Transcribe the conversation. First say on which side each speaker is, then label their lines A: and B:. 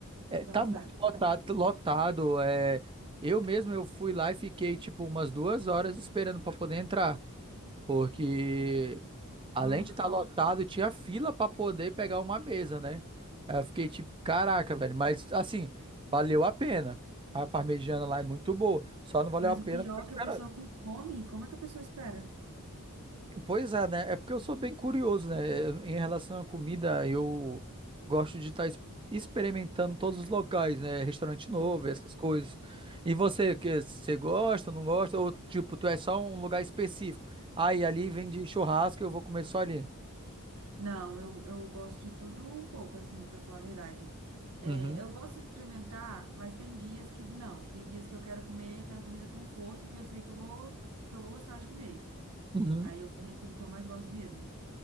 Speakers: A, on the right; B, on the right.
A: é,
B: Vai estar
A: tá
B: lotado.
A: muito lotado, lotado, é, eu mesmo eu fui lá e fiquei tipo umas duas horas esperando para poder entrar. Porque
B: Não,
A: além de estar lotado, tinha fila para poder pegar uma mesa, né? Aí eu fiquei tipo, caraca, velho. Mas assim, valeu a pena. A parmegiana lá é muito boa. Só não valeu
B: Mas
A: a pena
B: o pior
A: ficar esperando.
B: é que a pessoa com fome, como é que a pessoa espera?
A: Pois é, né? É porque eu sou bem curioso, né? Eu- Em relação à comida, eu gosto de estar experimentando todos os locais, né? Restaurante novo,
B: Entendi.
A: essas coisas. E você, que você gosta, não gosta? Ou tipo, tu é só um lugar específico? Aí e ali vem de churrasco, eu vou comer só ali.
B: Não, eu, eu gosto de tudo um pouco, assim, pra falar a verdade. É,
A: Uhum,
B: eu gosto de experimentar, mas tem dias que não. Tem dias que eu quero comer aquela comida com força que eu sei que eu vou, que eu vou gostar de comer.
A: uhum.
B: Aí eu vou naquilo que eu mais gosto mesmo.